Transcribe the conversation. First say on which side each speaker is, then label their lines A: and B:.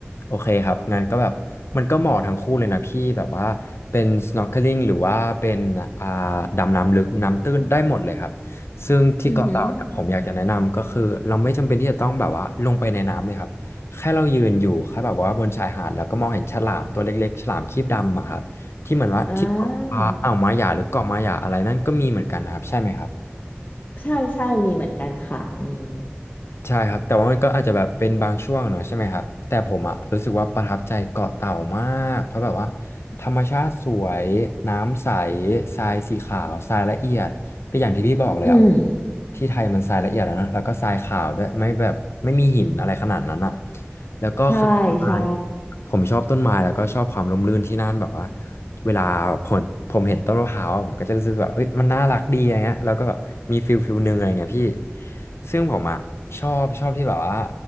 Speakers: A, on the left; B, on the left.
A: โอเคครับงั้นก็แบบมันก็เหมาะทั้งคู่เลยนะพี่แบบว่าเป็น snorkeling หรือว่าเป็นอ่าดำน้ำลึกน้ำตื้นได้หมดเลยครับซึ่งที่เกาะเต่าเนี่ยผมอยากจะแนะนำก็คือเราไม่จำเป็นที่จะต้องแบบว่าลงไปในน้ำเลยครับแค่เรายืนอยู่แค่แบบว่าบนชายหาดแล้วก็มองเห็นฉลามตัวเล็กๆฉลามครีบดำอะครับที่เหมือนว่าที่เกาะอ่าอ่าวมาหยาหรือเกาะมาหยาอะไรนั่นก็มีเหมือนกันนะครับใช่ไหมครับ
B: อือหืออือหืออ่าใช่ใช่มีเหมือนกันค่ะอืม
A: ใช่ครับแต่ว่ามันก็อาจจะแบบเป็นบางช่วงเนอะใช่ไหมครับแต่ผมอะรู้สึกว่าประทับใจเกาะเต่ามากเพราะแบบว่าธรรมชาติสวยน้ำใสทรายสีขาวทรายละเอียดก็อย่างที่พี่บอกเลยอะ
B: อืม
A: ที่ไทยมันทรายละเอียดแล้วนะแล้วก็ทรายขาวด้วยไม่แบบไม่มีหินอะไรขนาดนั้นอะแล้วก็คือต้นไม้
B: ใช่ใช่
A: ผมชอบต้นไม้แล้วก็ชอบความร่มรื่นที่นั่นแบบว่า เวลาผมผมเห็นต้นมะพร้าวอะผมก็จะรู้สึกแบบเฮ้ยมันน่ารักดีอะไรเงี้ยแล้วก็แบบมีฟิลฟิลหนึ่งอะไรเงี้ยพี่ซึ่งผมอะชอบชอบที่แบบว่า